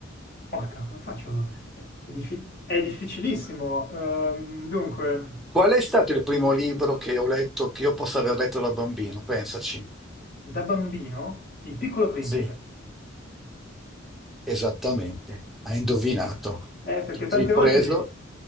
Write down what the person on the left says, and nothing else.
Porca, come faccio? È, diffi- è difficilissimo. Ehm, dunque,
da bambino, Il Piccolo Principe.
Eh, perché tante
volte li,